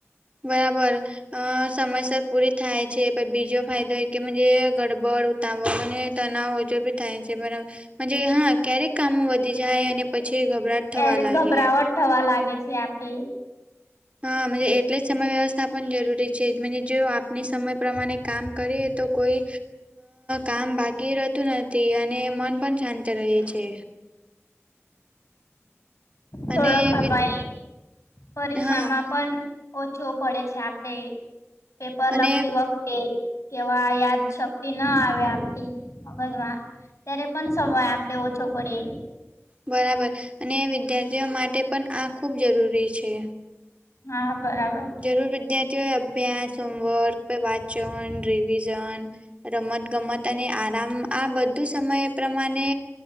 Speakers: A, on the right; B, on the left.
A: બરાબર, અ સમયસર પૂરી થાય છે પછી બીજો ફાયદો એક કે ગડબડ ઉતાવળ અને તનાવ ઓજ બી થાય છે બરાબર, હા ક્યારેક કામ વધી જાય અને પછી ગભરાટ થવા
B: ત્યારે
A: લાગે.
B: ગભરાવટ થવા લાગે છે આપડે.
A: હા એટલે જ સમય વ્યવસ્થા પણ જરૂરી છે જો આપણી સમય પ્રમાણે કામ કરીએ તો કોઈ, કામ બાકી રહેતું નથી અને મન પણ શાંત રહે છે.
B: થોડો
A: અને
B: સમય
A: વિ
B: પરીક્ષામાં
A: હા
B: પણ ઓછો પડે છે આપડે પેપર
A: અને
B: લગતી વખતે. કેવા યાદ શક્તિ ના આવે આપતી. મગજમાં ત્યારે પણ સમય આપડે ઓછો પડીએ.
A: બરાબર, અને વિદ્યાર્થીઓ માટે પણ આ ખૂબ જરૂરી છે.
B: હા બરાબર.
A: જરૂર વિદ્યાર્થીઓ એ અભ્યાસ હોમવર્ક વાચન ર ઝન રમત ગમત અને આરામ આ બધું સમય પ્રમાણે